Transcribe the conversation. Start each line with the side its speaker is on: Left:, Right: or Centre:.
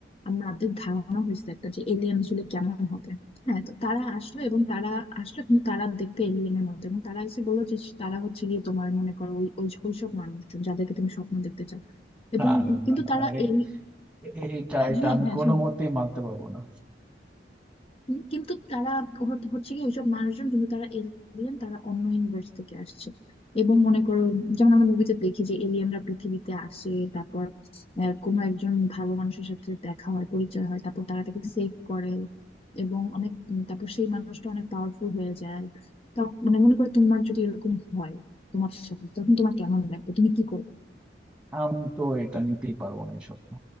Left: আমাদের ধারণা হয়েছে একটা যে এলিয়েন আসলে কেমন হবে হ্যাঁ তো তারা আসলো এবং তারা আসলো কিন্তু তারা দেখতে এলিয়েনের মতো এবং তারা এসে বললো যে তারা হচ্ছে গিয়ে তোমার মনে করো ওই ওই- ওইসব মানুষজন যাদেরকে তুমি স্বপ্ন দেখতে চাও
Centre: দারুণ
Left: এবং কিন্তু
Centre: আর
Left: তারা
Centre: এ-
Left: এলি
Centre: এ- এটা এটা
Left: হ্যাঁ
Centre: আমি
Left: হ্যাঁ
Centre: কোনো
Left: শোনো
Centre: মতেই মানতে পারবো না
Left: উম, কিন্তু তারা হত- হচ্ছে কি ওইসব মানুষজন কিন্তু তারা এলিয়েন তারা অন্য ইউনিভার্স থেকে আসছে এবং মনে করো যেমন আমরা মুভিতে দেখি যে এলিয়েনরা পৃথিবীতে আসে তারপর আহ, কোনো একজন ভালো মানুষের সাথে দেখা হয় পরিচয় হয় তারপর তারা তাকে সেভ করে এবং অনেক উম, তারপর সেই মানুষটা অনেক পাওয়ারফুল হয়ে যায় তা মানে মনে করো তোমার যদি এরকম হয় তোমার সাথে তখন তোমার কেমন লাগবে তুমি কি করবে
Centre: আমি তো এটা নিতেই পারবো না এই স্বপ্ন